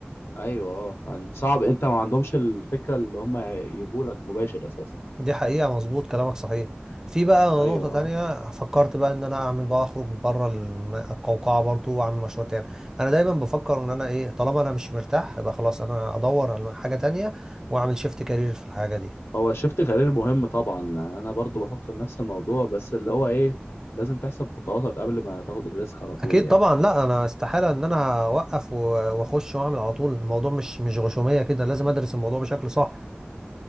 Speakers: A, on the left; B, on the right.
A: أيوه أه يعني صعب أنت ما عندهمش الفكرة اللي هم يجولك مباشر أساسا
B: دي حقيقة مظبوط كلامك صحيح في بقى
A: أيوه
B: نقطة تانية
A: أه
B: فكرت بقى إن أنا أعمل بقى أخرج بره الم- القوقعة برضو وأعمل مشروع تاني أنا دايما بفكر إن أنا إيه طالما أنا مش مرتاح يبقى خلاص أنا أدور على حاجة تانية وأعمل شيفت كارير في الحاجة دي
A: هو شفت كارير مهم طبعا يعني أنا برضو بفكر نفس الموضوع بس اللي هو إيه لازم تحسب خطواتك قبل ما تاخد الريسك على طول
B: أكيد
A: يعني
B: طبعا لا أنا استحالة إن أنا أوقف و- وأخش وأعمل على طول الموضوع مش مش غشومية كده لازم أدرس الموضوع بشكل صح